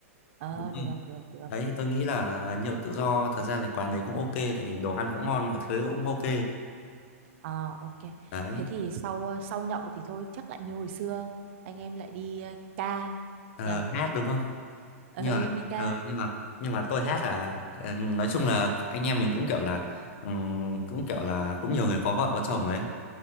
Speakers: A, on the right; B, on the left.
A: ờ
B: đúng
A: được
B: không?
A: được được
B: đấy thì tôi nghĩ là nhậu tự do thật ra là quán đấy cũng ok tại vì đồ ăn cũng ngon mọi thứ cũng ok
A: ờ ok
B: đấy
A: thế thì sau sau nhậu thì thôi chắc lại như hồi xưa anh em lại đi ờ, ca
B: Ờ,
A: nhỉ
B: hát đúng không
A: ờ
B: nhưng mà
A: đi ca
B: ờ, nhưng mà nhưng mà tôi hát là ờ, nói chung là anh em mình cũng kiểu là ừm, cũng kiểu là cũng nhiều người có vợ có chồng ấy